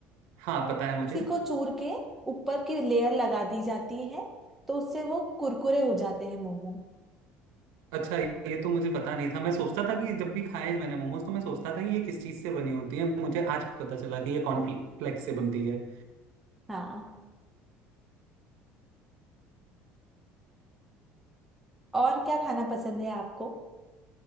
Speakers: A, on the right (about 80°); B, in the centre.
A: हाँ पता है
B: उसी
A: मुझे
B: को चूर के ऊपर की लेयर लगा दी जाती है तो उससे वो कुरकुरे हो जाते हैं मोमो
A: अच्छा ये तो मुझे पता नहीं था मैं सोचता था कि जब भी खाए हैं मैंने मोमोज तो मैं सोचता था कि ये किस चीज़ से बनी होती है मुझे आज पता चला कि ये कॉर्नफ्लेक्स से बनती है
B: हाँ और क्या खाना पसंद है आपको